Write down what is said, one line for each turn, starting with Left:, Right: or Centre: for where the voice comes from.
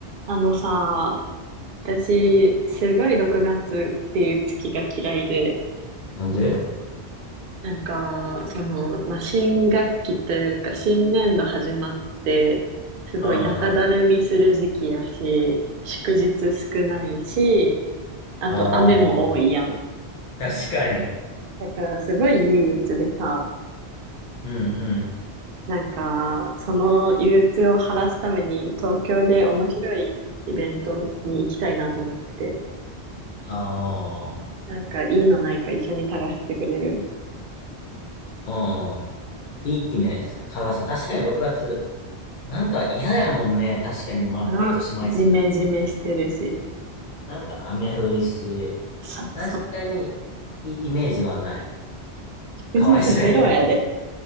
Right: あのさ、私、すごい6月っていう月が嫌いで、
Left: なんで
Right: なんか、その、まあ、新学期というか、新年度始まって、すごい中だるみする時期やし、
Left: うんうんうん。
Right: 祝日少ないし、あと雨も多いやん。
Left: ああ、確かに。
Right: だからすごい憂鬱でさ、
Left: うんうん。
Right: なんか、その憂鬱を晴らすために東京で面白いイベントに行きたいなと思ってて、
Left: あ
Right: なんかいいのないか一緒に探してくれる
Left: あ、うん。いいね。さ蚊がそう。確かに6月。なんか嫌やもんね。確かに毎年毎年。
Right: な、ジメジメしてるし。
Left: なんか雨降るし。
Right: そうそう。
Left: 確かにいいイメージはない。
Right: 祝日ゼロやで。
Left: かわいそうやけど。